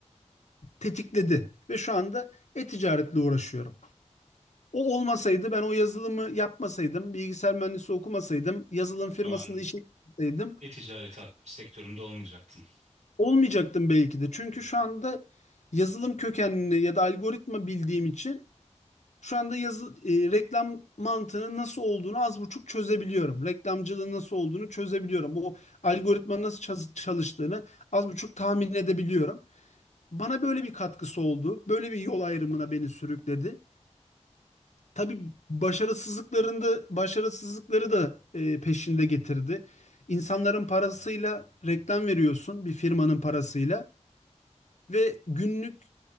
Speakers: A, on the left; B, on the right.
A: tetikledi ve şu anda e-ticaretle uğraşıyorum. O olmasaydı ben o yazılımı yapmasaydım, bilgisayar mühendisi okumasaydım, yazılım
B: Şu
A: firmasında
B: an
A: işe gitseydim
B: e-ticareti ak- sektöründe olmayacaktın.
A: olmayacaktım belki de. Çünkü şu anda yazılım kökenli ya da algoritma bildiğim için Şu anda yazı, e, reklam mantığının nasıl olduğunu az buçuk çözebiliyorum. Reklamcılığın nasıl olduğunu çözebiliyorum. O algoritmanın nasıl çaz- çalıştığını az buçuk tahmin edebiliyorum. Bana böyle bir katkısı oldu. Böyle bir yol ayrımına beni sürükledi. Tabii başarısızlıklarında başarısızlıkları da e, peşinde getirdi. İnsanların parasıyla reklam veriyorsun, bir firmanın parasıyla. Ve günlük